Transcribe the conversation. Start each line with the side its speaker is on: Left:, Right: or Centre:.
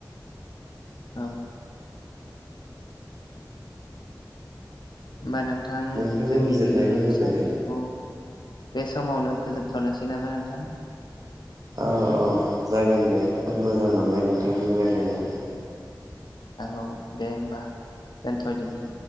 Left: औ होमबा नोंथां
Right: नोंथांनि
Left: जोंनि
Right: बिजिरनायखौ
Left: दिनैनि बे
Right: होदो
Left: सावरायनायखौ
Right: दे
Left: बे समावनो फोजोबथ'नोसै नामा नोंथां
Right: औ औ जागोन दे खोब मोजां मोनबाय नोंथांजों रायज्लायनानै
Left: औ दे होमबा दोनथ'दिनि